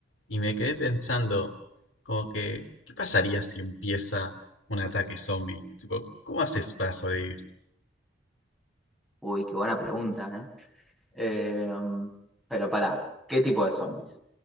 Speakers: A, on the left; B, in the centre.
A: y me quedé pensando, como que, ¿qué pasaría si empieza un ataque zombie? Tipo, ¿cómo haces para sobrevivir?
B: Uy, qué buena pregunta, ¿eh? Eh, pero pará, ¿qué tipo de zombies?